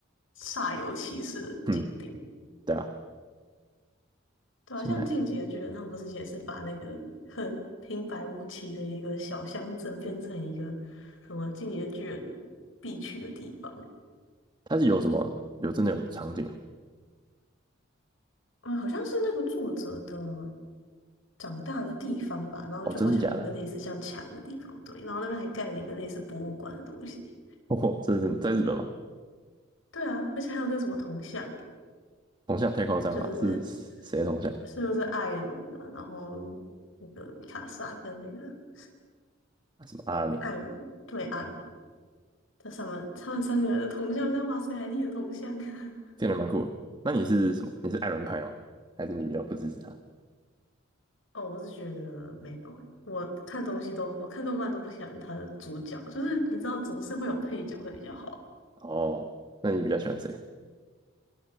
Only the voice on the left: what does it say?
煞有其事的景点。
对啊，
像《进击的巨人》，他们不是也是把那个很平白无奇的一个小乡镇变成一个什么《进击的巨人》必去的地方？
嗯，好像是那个作者的长大的地方吧，然后就好像有一个类似像墙的地方，
对，然后那边还盖了一个类似博物馆的东西。
对啊，而且还有那什么铜像欸
就是是不是艾伦啊？然后那个米卡莎跟那个谁
艾荣对艾这他们他们三个人的铜像像瓦斯莱立的铜像。<laughs>
哦，我是觉得没有诶、我看东西都我看动漫都不喜欢他的主角，就是你知道总是会有配角会比较好。